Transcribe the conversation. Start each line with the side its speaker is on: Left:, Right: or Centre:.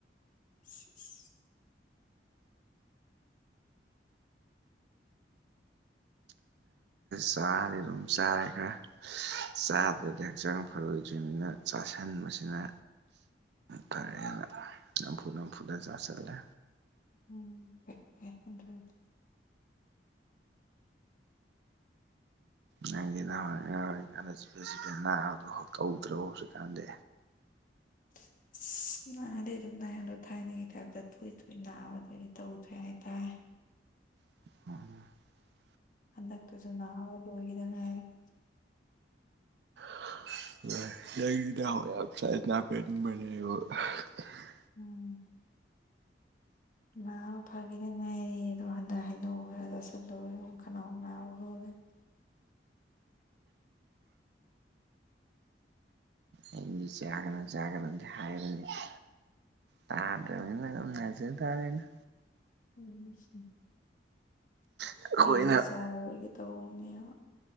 Left: <unintelligible>
Right: ꯆꯥꯔꯦ ꯑꯗꯨꯝ ꯆꯥꯔꯦ ꯈꯔ ꯆꯥꯗ꯭ꯔꯗꯤ ꯍꯛꯆꯥꯡ ꯐꯥꯔꯣꯏ ꯅ ꯆꯥꯁꯤꯟꯕꯁꯤꯅ
Left: <inaudible>
Right: ꯐꯔꯦꯅ ꯅꯝꯐꯨ ꯅꯝꯐꯨꯗ ꯆꯥꯁꯤꯂꯦ
Left: ꯎꯝ <unintelligible>
Right: ꯅꯪꯗꯤ ꯅꯍꯥꯟꯋꯥꯏ ꯑꯉꯥꯡ ꯑꯣꯏꯔꯤꯀꯟꯗ ꯆꯤꯐꯦꯠ ꯆꯤꯐꯦꯠ ꯅꯥꯕꯗꯣ ꯇꯧꯗ꯭ꯔꯕꯣ ꯍꯧꯖꯤꯛ ꯀꯥꯟꯗꯤ
Left: <unintelligible> ꯑꯁ ꯅꯥꯗꯤ ꯑꯗꯨꯝ ꯅꯥꯏ ꯑꯗꯣ ꯊꯥꯏꯅꯒꯤ ꯇꯥꯏꯞꯇ ꯇꯣꯏ ꯇꯣꯏ ꯅꯥꯕꯗꯤ ꯇꯧꯗ꯭ꯔꯦ ꯍꯥꯏꯇꯥꯔꯦ
Right: ꯎ <inaudible>
Left: ꯍꯟꯗꯛꯇꯁꯨ ꯅꯥꯕ ꯂꯣꯏꯒꯤꯗ ꯉꯥꯏꯔꯤ
Right: <unintelligible>
Left: ꯎꯝ ꯅꯥꯕ ꯐꯈꯤꯗ ꯉꯥꯏꯔꯤ ꯑꯗꯣ ꯍꯟꯗꯛ ꯍꯩꯅꯧ ꯈꯔ ꯆꯥꯁꯤꯜꯂꯨꯕꯗ ꯈꯅꯥꯎ ꯅꯥꯕ ꯍꯧꯔꯦ
Right: ꯑꯩꯅꯗꯤ ꯆꯥꯒꯅꯣ ꯆꯥꯒꯅꯣꯗꯤ ꯍꯥꯏꯕꯅꯤꯗ ꯇꯥꯗ꯭ꯔꯕꯅꯤꯅ ꯑꯗꯨꯝ ꯅꯥꯖ ꯇꯥꯔꯦꯅ
Left: <unintelligible>
Right: ꯑꯩꯈꯣꯏꯅ
Left: ꯑꯩꯗꯤ ꯆꯥꯔꯣꯏꯒꯦ ꯇꯧꯕꯅꯦꯕ